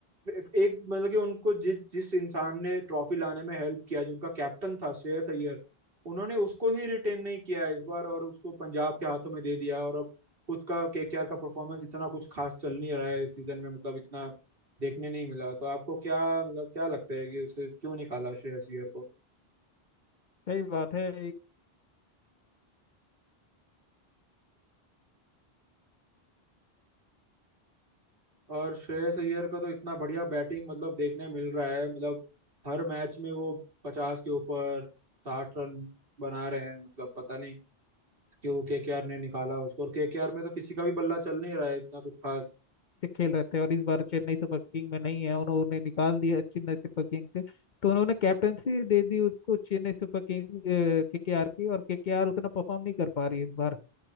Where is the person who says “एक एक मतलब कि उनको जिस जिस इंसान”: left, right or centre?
Right